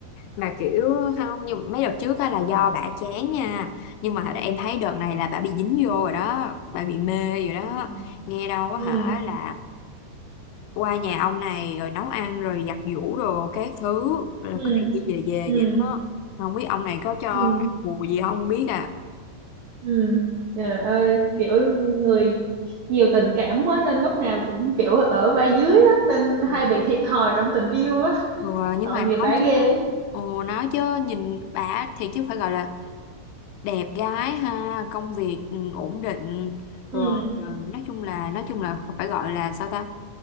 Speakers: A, on the left; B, on the right.
A: mà kiểu không nhưng mấy đợt trước á là do bà chán nha nhưng mà em thấy đợt này là bà bị dính vô rồi đó bà bị mê rồi đó
B: Ừ.
A: nghe đâu á
B: ừ
A: hả là qua nhà ông này rồi nấu ăn rồi giặt giũ rồi các thứ rồi
B: ừ
A: cứ đi về về
B: ừ
A: vậy đó không biết ông này có cho
B: ừ
A: ăn bù gì không biết à
B: ừ trời ơi kiểu người nhiều tình cảm quá nên lúc nào cũng kiểu ở vai dưới á nên
A: Ừ.
B: hay bị thiệt thòi trong tình yêu á
A: Rồi nhưng
B: tội
A: mà
B: nghiệp
A: nói
B: bả ghê
A: chứ Ồ nói chứ nhìn bà thì chứ phải gọi là đẹp gái ha công việc ừ, ổn định
B: ừ
A: rồi ờ, nói chung là nói chung là phải gọi là sao ta